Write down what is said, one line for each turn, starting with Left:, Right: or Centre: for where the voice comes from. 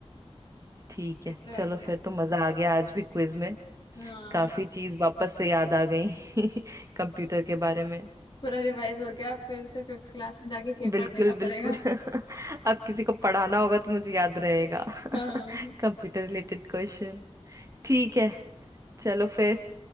Right: ठीक है
Left: इतना बढ़िया
Right: चलो फिर तो मजा आ गया आज भी क्विज में
Left: हाँ
Right: काफी चीज वापस से याद आ गई <laughs> कंप्यूटर के बारे में
Left: पूरा रिवाइज हो गया फिर से फिफ्थ क्लास में जाके पेपर
Right: बिल्कुल
Left: देना
Right: बिल्कुल
Left: पड़ेगा
Right: <laughs> अब किसी को पढ़ाना होगा तो मुझे याद रहेगा
Left: <laughs> हाँ
Right: <laughs> Computer related question ठीक है चलो फिर